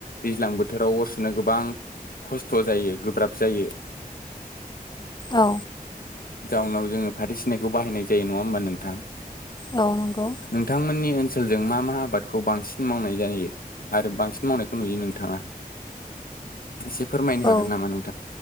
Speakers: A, on the left (about 65°); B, on the left (about 30°).
A: दैज्लां बोथोराव अर सुनो गोबां खस्थ' जायो गोब्राब जायो।
B: औ
A: जाउनाव जोङो फाथो सिनायखौ बाहायनाय जायो नङा होमबा नोंथां।
B: औ नंगौ
A: नोंथांमोननि ओनस सोलजों मा मा आबादखौ बांसिन मावनाय जायो। आरो बांसिन मावनायखौ नुयो नोंथाङा। एसे फोरमायनो
B: औ
A: हागोन नामा नोंथां?